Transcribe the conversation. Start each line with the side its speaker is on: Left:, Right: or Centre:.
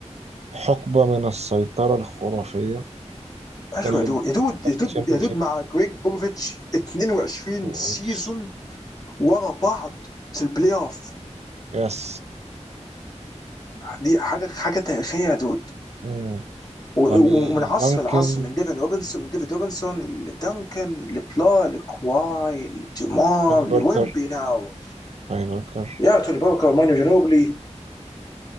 Right: حقبة من السيطرة الخرافية اتكلم
Left: اشوى يا دود يا دود
Right: خمسة
Left: يا دود
Right: تشامبيون
Left: يا دود
Right: شيبس
Left: مع جريج بوبوفيتش 22
Right: واتش
Left: سيزون ورا بعض في البلاي اوف
Right: يس
Left: دي حاجه حاجه تاريخيه يا دود
Right: مم.
Left: و-
Right: يعني
Left: و- ومن عصر
Right: دانكن
Left: لعصر من ديفن روبنسون من ديفيد روبنسون لدنكن لبلا لكواي لديمار
Right: توني
Left: لويمبي
Right: باركر
Left: ناو
Right: توني باركر
Left: يا توني باركر مانو جنوبلي